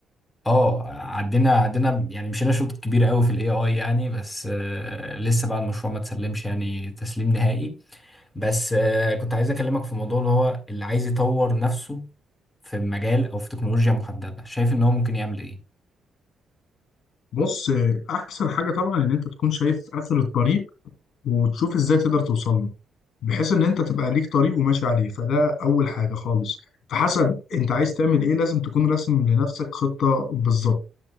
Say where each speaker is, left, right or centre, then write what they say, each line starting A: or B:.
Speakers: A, on the left; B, on the left.
A: اه عدينا عدينا يعني مشينا شوط كبير قوي في الاي اي يعني بس آه، لسه بقى المشروع ما تسلمش يعني تسليم نهائي بس آه، كنت عايز اكلمك في موضوع اللي هو اللي عايز يطور نفسه في مجال او في تكنولوجيا محددة شايف ان هو ممكن يعمل ايه
B: بص أحسن حاجة طبعا إن أنت تكون شايف آخر الطريق وتشوف إزاي تقدر توصل له بحيث ان انت تبقى ليك طريق وماشي عليه فده اول حاجه خالص فحسب انت عايز تعمل ايه لازم تكون راسم لنفسك خطه بالظبط